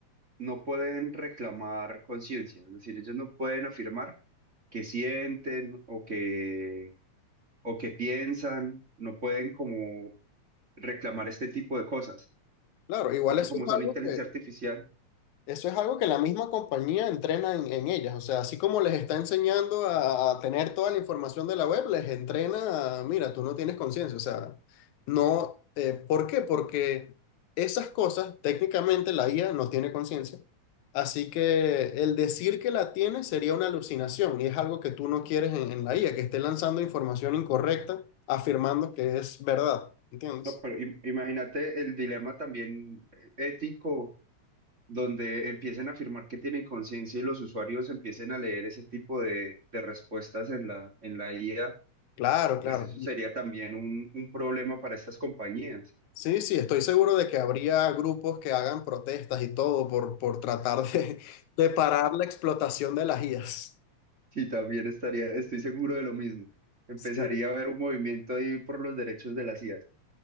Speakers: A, on the right; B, on the left.
A: no pueden reclamar conciencia, es decir, ellos no pueden afirmar que sienten o que, o que piensan, no pueden como reclamar este tipo de cosas,
B: Claro, igual
A: porque
B: eso
A: como
B: es
A: son
B: algo
A: inteligencia artificial,
B: Eso es algo que la misma compañía entrena en, en ellas. O sea, así como les está enseñando a, a tener toda la información de la web, les entrena a, mira, tú no tienes conciencia. O sea, no.
A: sí.
B: eh, ¿por qué? Porque esas cosas, técnicamente, la IA no tiene conciencia. Así que el decir que la tiene sería una alucinación y es algo que tú no quieres en, en la IA, que esté lanzando información incorrecta, afirmando que es verdad. ¿Entiendes?
A: No, pero im- imagínate el dilema también eh, ético donde empiecen a afirmar que tienen conciencia y los usuarios empiecen a leer ese tipo de, de respuestas en la, en la IA,
B: Claro, claro.
A: pues eso sería también un, un problema para estas compañías.
B: Sí, sí, estoy seguro de que habría grupos que hagan protestas y todo por, por tratar de, de parar la explotación de las IAs.
A: Sí, también estaría, estoy seguro de lo mismo. Empezaría
B: Sí.
A: a haber un movimiento ahí por los derechos de las IAs.